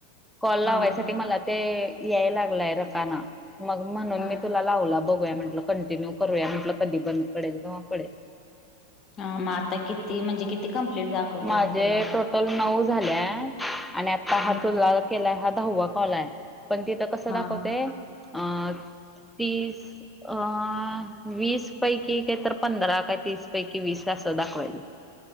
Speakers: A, in the centre; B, on the left.
A: कॉल लावायसाठी
B: हा
A: मला ते याय लागलंय रकाना मग म्हणून
B: हा
A: मी तुला लावला. बघूया म्हटलं कंटिन्यू करूया म्हटलं कधी बंद पडेल जव्हा पडेल.
B: ह मग आता किती म्हणजे किती कंप्लेंट दाखवते
A: माझे
B: मग तुला
A: टोटल नऊ आणि आता
B: हम्म
A: तुला केलाय हा दहावा केलाय पण तिथ कसं
B: हा
A: दाखवते अ तीस. अ वीस पैकी काय तर पंधरा काय तीस पैकी वीस असं दाखवायल.